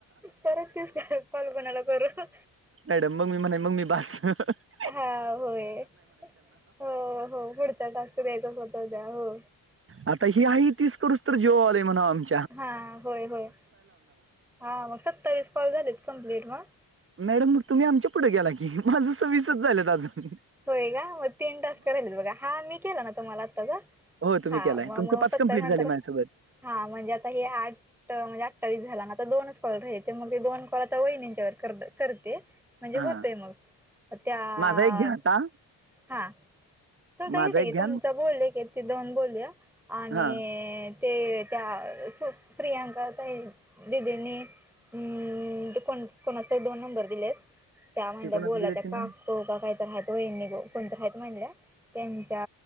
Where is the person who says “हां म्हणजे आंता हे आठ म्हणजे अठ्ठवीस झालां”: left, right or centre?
Centre